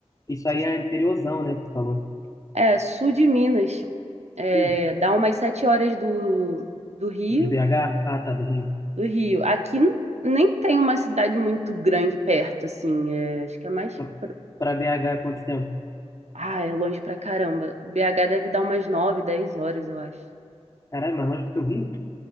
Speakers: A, on the left (about 30°); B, on the right (about 75°).
A: Isso
B: Vocês-
A: aí é interiorzão, né? que Tu falou.
B: É, sul de Minas, é,
A: Sul,
B: dá umas sete horas do, do Rio,
A: de BH? Ah, tá, do Rio.
B: do Rio. Aqui n- nem tem uma cidade muito grande perto, assim, é, acho que é mais...
A: Pra
B: pro-
A: pra BH, é quanto tempo?
B: Ah, é longe pra caramba. BH deve dar umas nove, dez horas, eu acho.
A: Caralho, mais longe do que o Rio?